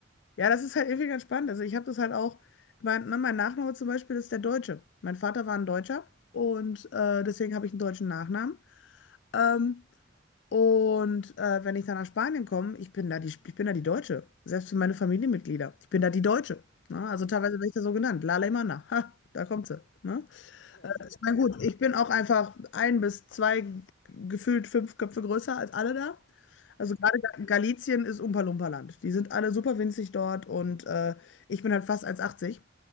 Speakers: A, on the left; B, on the left.
A: Ja, das ist halt irgendwie ganz spannend. Also ich habe das halt auch, mein, ne, mein Nachname zum Beispiel ist der Deutsche. Mein Vater war ein Deutscher und äh, deswegen habe ich einen deutschen Nachnamen. Ähm, Und äh, wenn ich dann nach Spanien komme, ich bin da die, ich bin da die Deutsche. Selbst für meine Familienmitglieder. Ich bin da die Deutsche. Ne? Also teilweise
B: ja,
A: werde ich da so genannt. La Alemana. <laughs> Ha, da kommt sie. Ne?
B: ja.
A: Ich meine, gut, ich bin auch einfach ein bis zwei, gefühlt fünf Köpfe größer als alle da.
B: <laughs>
A: Also
B: Okay.
A: gerade Ga- Galicien ist Umpa-Lumpa-Land. Die sind alle super winzig dort und äh, ich bin halt fast 1,80.